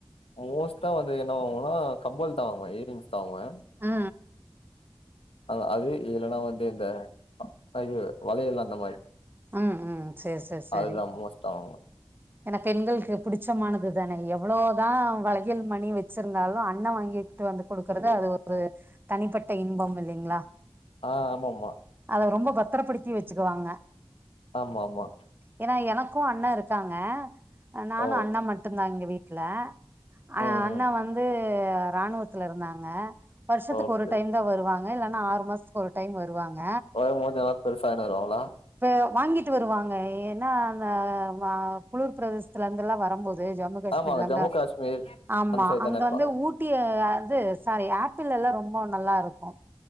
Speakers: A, on the left; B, on the right.
A: மோஸ்ட்டா வந்து என்ன வாங்குவேனா கம்மல்தா வாங்குவே இயரிங்ஸ்தா வாங்குவே
B: ஆ
A: அதா அது இல்லன்னா வந்து இந்த இது வளையல் அந்த மாரி
B: ம், ம். சரி, சரி, சரி.
A: அதுதா மோஸ்ட்டா வாங்குவே
B: ஏன்னா பெண்கள்க்கு புடிச்சமானது தானே எவ்வளோதா வளையல் மணி வச்சிருந்தாலு அண்ணே வாங்கி கிட்டு வந்து குடுக்கறது அது ஒரு தனிப்பட்ட இன்பம் இல்லிங்ளா
A: ஆ ஆமாம்மா
B: அத ரொம்ப பத்தரப்படுத்தி வச்சிக்குவாங்க
A: ஆமா ஆமா
B: ஏன்னா எனக்கு அண்ணே இருக்காங்க நானு
A: ஓ
B: அண்ணே மட்டுந்தா இங்க வீட் ல ஆ
A: ம்
B: அண்ணா
A: ம்
B: வந்து ராணுவத்துல இருந்தாங்க வருஷத்துக்கு
A: ஓகே
B: ஒரு டைம் தா வருவாங்க இல்லன்னா ஆறு மாசத்துக்கு ஒரு டைம் வருவாங்க
A: வரும்போது எதா பெருசா வாங்கின்னு வருவாங்களா
B: இப்ப வாங்கிட்டு வருவாங்க ஏன்னா அந்த குளுர் பிரதேசத்துல இருந்துல்லா வரும்போது ஜம்மு காஷ்மீர்ல
A: ஆமாங்க
B: அந்த
A: ஜம்மு காஷ்மீர்
B: ஆமா
A: அந்த சைடு தான
B: அங்க
A: இருப்பாங்க
B: வந்து ஊட் டி அது சாரி ஆப்பிள் எல்லா ரொம்ப நல்லா இருக்கு